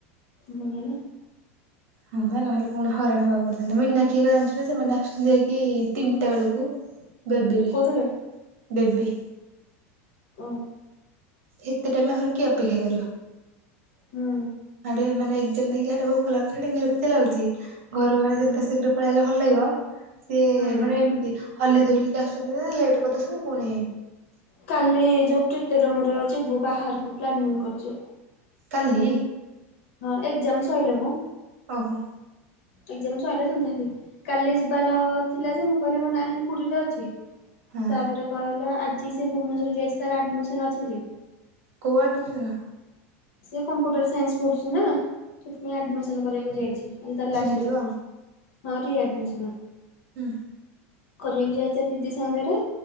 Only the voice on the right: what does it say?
ହଁ ବା ନହେଲେ ପୁଣି ହଇରାଣ ହବାକୁ ପଡିଥାନ୍ତା। ମିନାକ୍ଷି ହେଇକା ଜାଣିଚୁ ନ ସେମାନେ ଆସୁଛନ୍ତି ଯାଇକି ତିନିଟା ବେଳକୁ। ବେବିରେ
ବେବି।
ଏତେ ଟାଇମ୍ ଆହୁରି କିଏ ଅପେକ୍ଷା କରିବ?
ଆଡେ ମାନେ ଯେମିତିକି ହେଠେ ଭୁକ ଲାଗୁଛି। ସେଟେ ବିରକ୍ତି ଲାଗୁଛି। ଘରୁ ବାରେ
ଯେତେ ଶୀଘ୍ର ପଳେଇ ଆଇଲେ ଭଲ ଲାଗିବ। ସିଏ
ମାନେ ଏମତି ହଲି ଦୋହଲିକି ଆସୁଛନ୍ତି। ଲେଟ୍ କରିଦଉଛନ୍ତି। ଫୁଣି
କାଲି।
ଓହୋ।
ହଁ
କୋଉ ଆଡମିଶନ୍?
ଥିବ ଆଉ।
ହୁଁ।